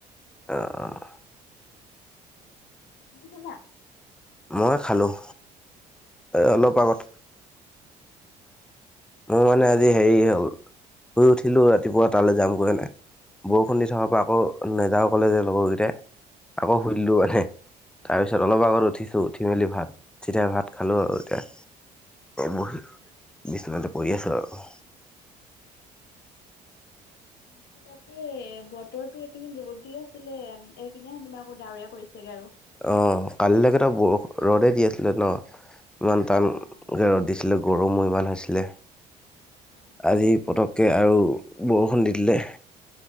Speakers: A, in the centre; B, on the left.
A: আহ।
B: উ, তমি খাবা।
A: মই খালোঁ
B: অ',
A: অলপ আগত। মোৰ মানে আজি হেৰি হ'ল, শুই উঠিলো ৰাতিপুৱা তালৈ যামগৈ হেনে। বৰষুণ দি থকাৰ পৰা আকৌ নদা কলে যে লগৰকেইটাই আকৌ শুধিলো মানে। তাৰপিছত অলপ আগত উঠিছোঁ, উঠি মেলি ভাত চিধাই ভাত খালোঁ আৰু এতিয়া। বহি বিচনাটো কৰি আছো আৰু।
B: অ', বাকী তে বৰ বতৰো এইখিনি ৰ'দ দি আছিলে, এইদিনা তুমি আকৌ ডাৱউৰীয়া কৰিছেগে আৰু।
A: অ, কালিলৈকে তো, ব ৰ'দে দি আছিলে ন, ইমান টান
B: অ'।
A: গে ৰ'দ দিছিল। ছিল গৰমো ইমান হৈছিলে
B: অ',
A: আজি পতক তাকে আৰু বৰষুণ দি দিলে।